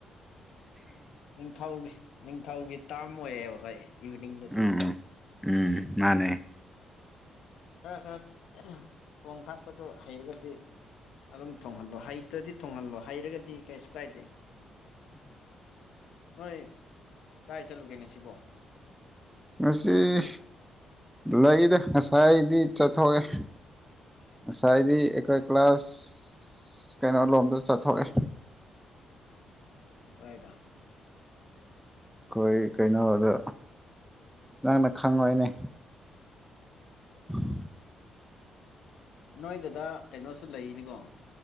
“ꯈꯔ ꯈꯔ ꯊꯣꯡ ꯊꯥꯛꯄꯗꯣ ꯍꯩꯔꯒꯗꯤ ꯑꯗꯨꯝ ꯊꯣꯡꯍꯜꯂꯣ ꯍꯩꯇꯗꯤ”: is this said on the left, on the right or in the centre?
Left